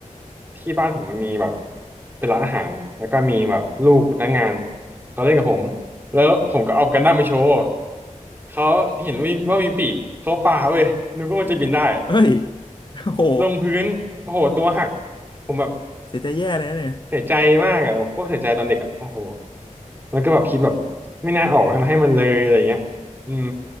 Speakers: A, on the right; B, on the left.
A: ที่บ้านผมมันมีแบบเป็นร้านอาหารแล้วก็มีแบบลูกพนักงานเขาเล่นกับผมแล้วผมก็เอากันดั้มมาโชว์เขาเห็นว่ามีว่ามีปีกเขาปาเว้ยนึกว่ามันจะบินได้
B: เอ้ยโอ้โห
A: ลงพื้นโอ้โหตัวหักผมแบบ
B: เสียใจแย่เลยนะเนี่ย
A: เสียใจมากอะโคตรเสียใจตอนเด็กอะโอ้โห แล้วก็แบบคิดแบบไม่น่าออกทำให้มันเลยอะไรเงี้ยอืม